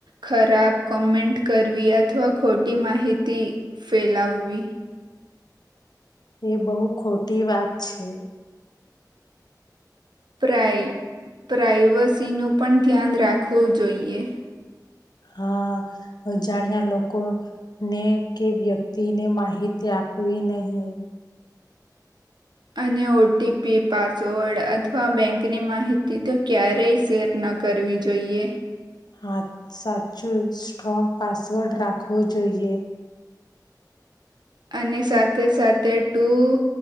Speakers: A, on the right; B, on the left.
A: ખરાબ કોમેન્ટ કરવી અથવા ખોટી માહિતી ફેલાવવી
B: એ બહુ ખોટી વાત છે
A: પ્રઈ પ્રાઈવસીનું પણ ધ્યાન રાખવું જોઈએ
B: હા અજાણ્યા લોકોને કે વ્યક્તિ ને માહિતી આપ આપવી નહી
A: અને ઓટીપી પાસવર્ડ અથવા બેંકની માહિતી તો ક્યારેય શેર ના ના કરવી જોઈએ
B: હા સાચું સ્ટ્રોંગ પાસવર્ડ રાખવો જોઈએ
A: અને સાથે સાથે ટું